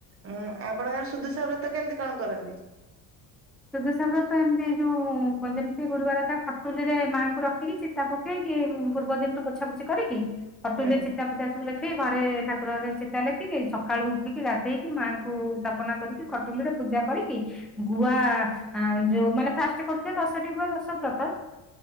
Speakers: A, on the right; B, in the centre.
A: ହୁଁ ଆପଣଙ୍କର ସୁଦୁସ ବ୍ରତ କେମିତି କଣ କରନ୍ତି?
B: ସୁଧସାଗର ତ ଏମିତି ଯୋଉ ଯେମିତି ଗୁରୁବାର ତା ଖଟୁଲି ରେ ମାଆଙ୍କୁ ରଖିକି ତା ପକେଇକି ପୂର୍ବ ଦିନରୁୁ ପୋଛା ପୋଛି କରିକି ହଟୁଲି।
A: ହଁ
B: ଚିତା ପିତା ସବୁ ଲେଖିକି ଘରେ ଠାକୁରରେ ଚିତା ଲେଖିକି ସକାଳୁ ଉଠିକି ରାତିଧଇକି ମାଆଙ୍କୁପନା। କରିକି କଟଲିରେ ପୂଜା କରିକି ଗୁଆ ଆ ଯୋଉ ମାନେ ଫାଷ୍ଟ କରୁିବେ ଦଶଟି ରରୁ ବା ଦଶ ବ୍ରତ ଯ